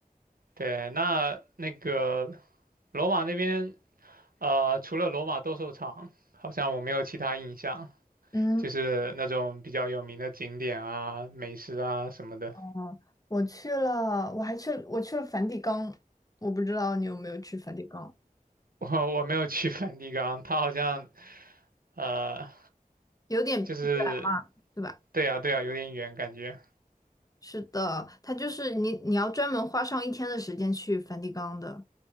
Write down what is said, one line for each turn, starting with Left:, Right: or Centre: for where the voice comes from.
Right: 对，那那个罗马那边，呃，除了罗马斗兽场，好像我没有其他印象，
Left: 嗯
Right: 就是那种比较有名的景点啊、美食啊什么的。
Left: 嗯，我去了，我还去，我去了梵蒂冈，我不知道你有没有去梵蒂冈，
Right: <laughs> 我我没有去梵蒂冈，它好像呃，
Left: 有点远
Right: 就是
Left: 嘛，对吧？
Right: 对呀对呀，有点远感觉。
Left: 是的，它就是你，你要专门花上一天的时间去梵蒂冈的。